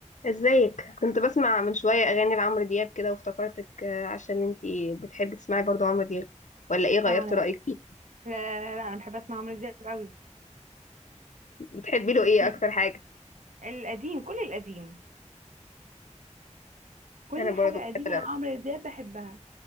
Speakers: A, on the left (about 75°); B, on the right (about 90°).
A: ازيك كنت بسمع من شوية اغاني لعمرو دياب كده وافتكرتك آه، عشان انتي بتحبي تسمعي برضو عمرو دياب ولا ايه غيرت
B: اه انا
A: رأيك
B: بقى
A: فيه
B: لا لا لا, لا انا بحب اسمع عمرو دياب قوي
A: بتحبي له
B: كنتي
A: ايه اكتر حاجة
B: القديم كل القديم كل
A: انا برضو
B: حاجه قديمه
A: بحب
B: عمرو دياب بحبها